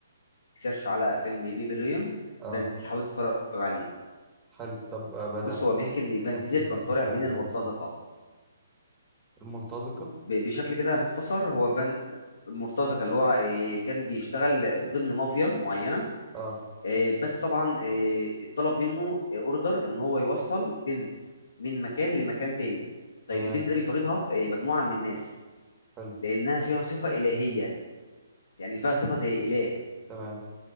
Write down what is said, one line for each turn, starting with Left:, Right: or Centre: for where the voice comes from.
Left: تسيرش على فيلم بيبي ليون
Right: اه
Left: فانت تحاول تتفرج عليه
Right: حلو طب آه، ما
Left: بص
Right: تحكي
Left: هو بيحكي ان فان
Right: احكي
Left: ديزل
Right: لي
Left: كان
Right: قصته
Left: طالع من
Right: كده
Left: المرتزقه
Right: بسيط الملتزقة
Left: ب- بشكل كده مختصر هو فان المرتزقه اللي هو إيه، كان بيشتغل ضمن مافيا معينه
Right: اه
Left: إيه، بس طبعا إيه، اتطلب منه اوردر ان هو يوصل بنت من مكان لمكان تاني طيب
Right: تمام
Left: البنت ده بيطاردها إيه، مجموعه من الناس
Right: حلو
Left: لانها فيها صفه الهيه يعني فيها صفه زي اله
Right: تمام